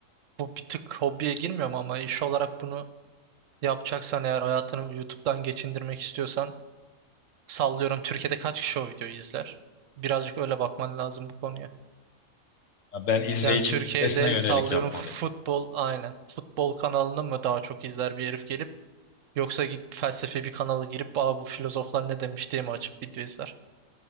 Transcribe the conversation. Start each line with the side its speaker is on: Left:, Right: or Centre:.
Right: Bu bir tık hobiye girmiyorum ama iş olarak bunu yapacaksan eğer hayatını YouTube'dan geçindirmek istiyorsan sallıyorum Türkiye'de kaç kişi o videoyu izler? Birazcık öyle bakman lazım bu konuya.
Left: Ya Ben izleyici
Right: Yani Türkiye'de
Left: kitlesine yönelik
Right: sallıyorum
Left: yapmalıyım.
Right: futbol aynen. Futbol kanalını mı daha çok izler bir herif gelip Yoksa git felsefi bir kanala girip Aa, bu filozoflar ne demiş diye mi açıp video izler?